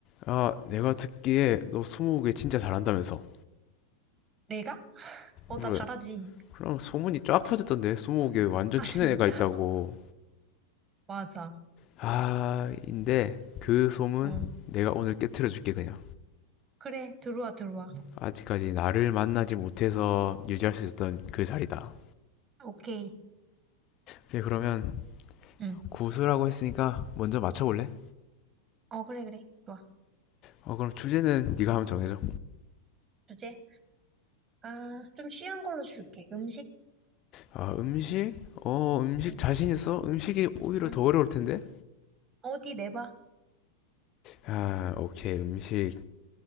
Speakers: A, on the left; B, on the right.
A: 아, 내가 듣기에 너 스무고개 진짜 잘한다면서.
B: 내가? 어,
A: 그래.
B: 나 잘하지.
A: 그럼 소문이 쫙 퍼졌던데 스무고개 완전
B: 아,
A: 치는
B: 진짜?
A: 애가 있다고.
B: <laughs> 맞아.
A: 아, 인데 그 소문
B: 어,
A: 내가 오늘 깨트려 줄게 그냥.
B: 그래. 들어와, 들어와.
A: 아직까지 나를 만나지 못해서 유지할 수 있었던 그 자리다.
B: 오케이.
A: 오케이, 그러면
B: 응.
A: 고수라고 했으니까 먼저 맞춰볼래?
B: 어, 그래, 그래. 좋아.
A: 어, 그럼 주제는 네가 한번 정해줘.
B: 주제? 아, 좀 쉬운 걸로 줄게. 음식?
A: 아, 음식? 어, 음식
B: 응,
A: 자신 있어? 음식이 오히려
B: 응.
A: 더 어려울 텐데?
B: 어디 내봐.
A: 아, 오케이, 음식.